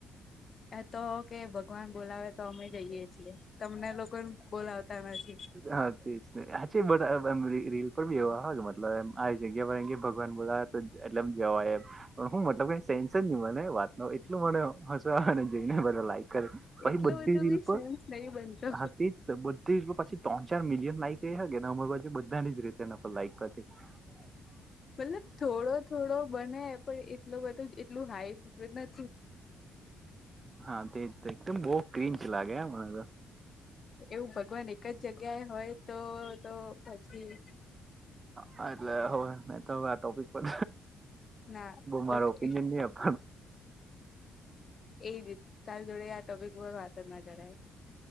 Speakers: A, on the left; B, on the right.
A: તો કે ભગવાન બોલાવે તો અમે જઈએ છીએ તમને લોકો બોલાવતા ન
B: હા તેજને હાચે બધા એમ એમ રી રીલ પર ભી એવા હકે મતલબ એમ આવી જગ્યા પર એમ કેય ભગવાન તે એટલે જવાય એમ પણ હું મતલબ સેન્સ જ ની હોય એ વાત ની એટલું મને હસવું આવે ને જેઇને બધા લાઈક કરે પછી
A: એટલું
B: બ
A: બધું
B: <unintelligible>
A: બી સેન્સ
B: ત્રણ
A: નહી બનતો
B: ચાર મિલિયન લાઈક એ <unintelligible> બધાની જ રીતે લાઇક
A: મતલબ થોડો થોડો બને પણ એટલું બધો એટલું હાઈ ને
B: હા તે એકદમ બો કિંચ લાગે હ મને તો
A: એવું ભગવાન એક જ જગ્યાએ હોય તો તો પછી
B: હા એટલે હોવે મે તો આ ટોપિક પર
A: ના
B: મારો
A: ઓકે
B: ઓપિનિયન ની આપ
A: એ જ તતારી જોડે ટોપિક હો વાત જ ના કરાય